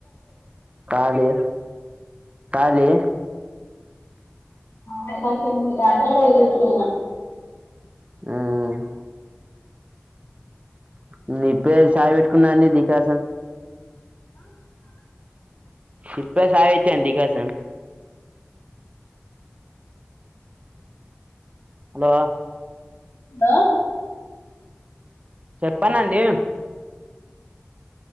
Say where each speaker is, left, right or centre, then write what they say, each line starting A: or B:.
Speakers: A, on the right (about 30°); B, on the left (about 80°).
A: ఖాళీ ఖాళీ
B: మా పచ్చని గార్డెన్ల కూర్చున్న
A: ఉమ్ నేను ఇప్పుడే చాయి పెట్టుకున్నా అండి డికాషన్ ఇప్పుడే చాయ్ పెట్టిన డికార్షన్ హలో
B: లో
A: చెప్పనండి